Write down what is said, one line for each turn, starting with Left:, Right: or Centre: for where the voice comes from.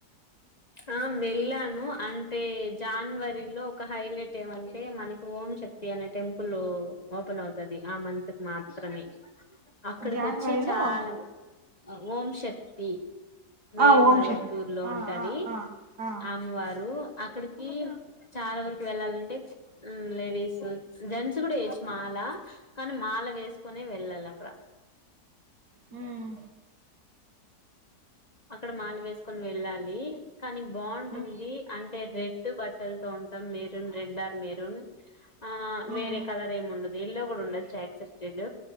Left: ఆ మెలను అ అ జానవరిలో ఒక హైలైట్ ఏమంటే మనకి ఓంశక్తి అనే టెంపుల్ ఓపెన్ అవుతుది ఆ మంత అకు మాత్రమే అక్కడికి
Right: జనవరిలో
Left: వచ్చి చాలా ఓం శక్తి మేల్
Right: ఆ ఓం
Left: మర
Right: శక్తి
Left: వత్తూరు లో
Right: ఆ
Left: ఉంటది
Right: ఆ ఆ ఆ
Left: అమ్మవారు అక్కడి చాలా వరకు వెళ్ళాలంటే లేడీస్ జెంట్స్ కూడా వేయొచ్చు మాల కానీ మాల వేసుకునే వెళ్ళాలి అక్కడ
Right: హ్మ్
Left: అక్కడ మాల వేసుకొని వెళ్ళాలి కనీ బాగుంటుంది
Right: ఉమ్
Left: అ రెడ్ బట్టలతో ఉంటాం మెరూన్ రెడ్ ఆర్ మెరూన్ ఆ
Right: ఉమ్
Left: వేరే కలర్ ఏమి ఉండదు దీలో కూడా ఉండొచ్చు యాక్సెప్టెడ్